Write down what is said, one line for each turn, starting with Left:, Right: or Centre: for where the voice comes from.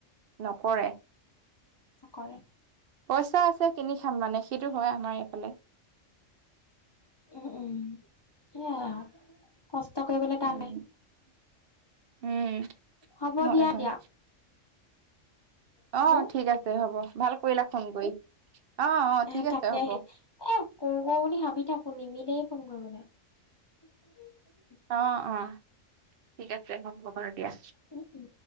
Right: নকৰে।
Left: কৰে
Right: পইচা আছে কিনি খাম মানে সেইটো হয় আমাৰ এইফালে।
Left: উম উম সেয়া আৰু। কষ্ট কৰিবলৈ
Right: উম
Left: টান নাই
Right: উম
Left: হব
Right: হয়
Left: দিয়া,
Right: হয়
Left: দিয়া। হেল্ল'।
Right: অ ঠিক আছে হ'ব ভাল কৰিলা ফোন কৰি। অ অ ঠিক
Left: এ তাকেহে
Right: আছে হ'ব
Left: এ কৰো কৰো বুলি ভাবি থাকো নিমিলেই ফোন কৰিবলে। <unintelligible>
Right: অ অ ঠিক আছে হ'ব বাৰু দিয়া।
Left: উম, উম।